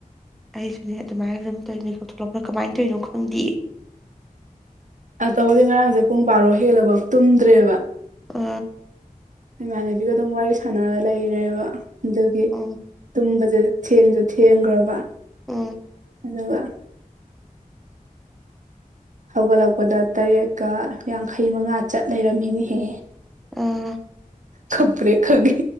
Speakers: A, in the centre; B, on the right.
A: ꯑꯩꯁꯨꯅꯦ ꯑꯗꯨꯃꯥꯏꯅ ꯑꯗꯨꯝ ꯇꯧꯔꯤꯅꯤ ꯈ ꯊꯣꯛꯂꯛꯄ꯭ꯔꯥ ꯀꯃꯥꯏꯅ ꯇꯧꯔꯤꯅꯣ ꯈꯪꯗꯦ
B: ꯑꯕꯨꯗꯤ ꯉꯔꯥꯡꯁꯦ ꯄꯨꯡ ꯕꯥꯔꯣ ꯍꯦꯜꯂꯕ ꯇꯨꯝꯗ꯭ꯔꯦꯕ
A: ꯑ
B: ꯏꯃꯥꯟꯅꯕꯤꯒ ꯑꯗꯨꯝ ꯋꯥꯔꯤ ꯁꯥꯟꯅꯔ ꯂꯩꯔꯦꯕ ꯑꯗꯒꯤ
A: ꯎꯝ
B: ꯇꯕ ꯊꯦꯡꯁꯨ ꯊꯦꯡꯈ꯭ꯔꯕ
A: ꯎꯝ
B: ꯑꯗꯨꯒ ꯍꯧꯒꯠꯂꯛꯄꯗ ꯇꯔꯦꯠꯀ ꯌꯥꯡꯈꯩ ꯃꯉꯥ ꯆꯠ ꯂꯩꯔꯝꯃꯤꯅꯤꯍꯦꯍꯦ
A: ꯑ
B: ꯀꯪꯄ꯭ꯔꯦ ꯈꯪꯉꯦ